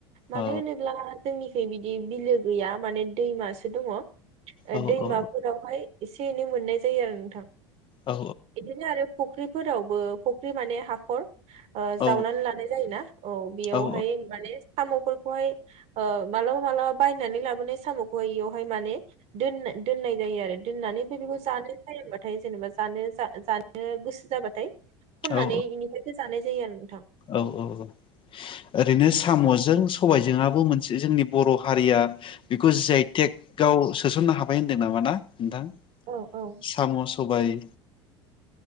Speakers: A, on the right (about 50°); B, on the left (about 35°).
A: मानो
B: औ
A: होनोब्ला जोंनिखै बिदि बिलो गैया माने दैमासो दङ। ओ
B: औ
A: दैमाफोरावहाय
B: औ
A: एस से एनै मोननाय जायो आरो नोंथां।
B: औ
A: एदिनो आरो फख्रि फोरावबो फख्रि माने हाखर ओ
B: औ
A: जावनानै लानाय जायोना औ बेयावहाय
B: औ
A: माने साम'फोर खौहाय ओ मालाबा मालाबा बायनानै लाबोनाय साम'खौहाय बेयावहाय माने दोन दोननाय जायो आरो दोननानै बे बेखौ जानाय जायो फाय जेनबा जानो जा जानो गोसो जाबाथाय खननानै
B: औ
A: बेनिफ्रायसो जानाय जायो आरो नों
B: औ औ औ ओरैनो साम' जों सबायजोंआबो मोनसे जोंनि बर' हारिया बेखौ जि आइ टेक आव सोसननो हाबाय होनदों नामा ना नोंथां
A: औ औ
B: साम' सबाय